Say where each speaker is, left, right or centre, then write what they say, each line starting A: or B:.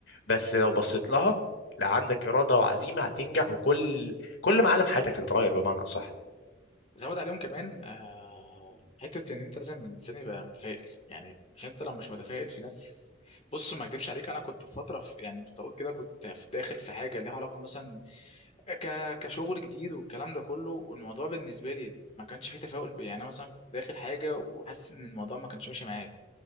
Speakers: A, on the left; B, on the left.
A: بس لو بصيت لها لا عندك إرادة وعزيمة هتنجح وكل كل معالم حياتك هتتغير بمعنى أصح
B: زود عليهم كمان آه، حتة ان انت لازم من سن يبقى متفائل يعني عشان انت لو مش متفائل في ناس بص ما اكدبش عليك انا كنت في فترة في يعني من فترات كده كنت في- داخل في حاجة ليها علاقة مثلا ك... كشغل جديد والكلام ده كله والموضوع بالنسبة لي ما كانش فيه تفاؤل يعني أنا مثلا كنت داخل حاجة وحاسس ان الموضوع ما كانش ماشي معايا